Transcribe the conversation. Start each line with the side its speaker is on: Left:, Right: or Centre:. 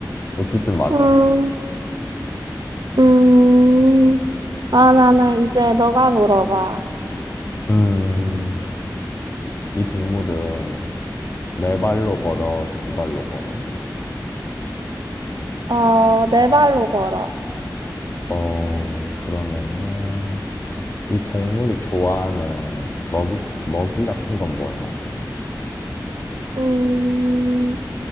Left: 어쨌든 맞아.
Right: 음, 음. 그러면은 이제 너가 물어봐.
Left: 음, 이 동물은 네 발로 걸어, 두 발로 걸어?
Right: 어, 네 발로 걸어.
Left: 어, 그러면은, 이 동물이 좋아하는 먹이, 먹이 같은 건 뭐야?
Right: 음,